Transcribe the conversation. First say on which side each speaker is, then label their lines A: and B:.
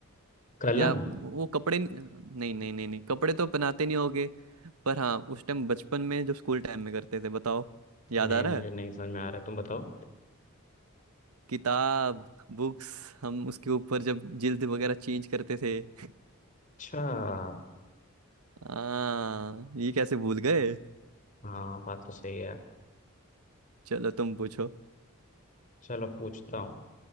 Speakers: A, on the left (about 35°); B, on the right (about 90°).
A: कलम
B: या वो कपड़े नहीं नहीं नहीं नहीं, नहीं कपड़े तो पहनाते नहीं होगे पर हाँ उस टाइम बचपन में जब स्कूल टाइम में करते थे बताओ याद
A: नहीं
B: आ रहा
A: मुझे
B: है
A: नहीं समझ में आ रहा है, तुम बताओ
B: किताब बुक्स हम उसके ऊपर जब जिल्द वगैरह चेंज करते थे
A: अच्छा
B: हाँ ये कैसे भूल गए
A: हाँ बात तो सही है
B: चलो तुम पूछो
A: चलो पूछता हूँ